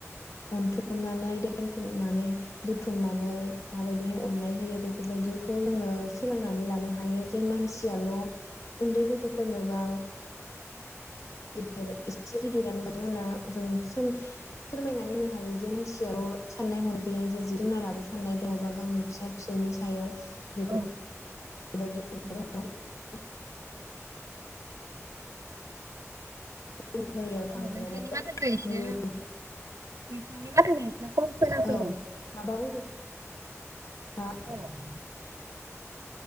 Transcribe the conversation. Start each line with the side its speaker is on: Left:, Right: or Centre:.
Left: अनथुमनानै दोनथ माने बुथुमना नै माबायदिहाय अननाय होयो बेफोरबायदिखौ जोङो सोलोंनानै लानो हायो जे मानसियाल' उनदै गथ'फोरनोबा <unintelligible> गिदिरानो बिथांमोना जों फोरमायनानै होनो हायो जे मानसियाल' साननाय हनाय गैया जे जिब जुनाराबो साननाय दङबा गावनि फिसा फिसौनि सायाव बेफोर
Right: औ
Left: बेबायदि
Right: औ
Left: <unintelligible> <inaudible> जायगायाव
Right: अ
Left: थांनानै
Right: नोंथांनि माथोखो एसे
Left: जोंनि
Right: नोंथांनि माथोखो एसे खम खोना फैदों
Left: औ माबा बुंदों हा
Right: औ <inaudible>
Left: <inaudible>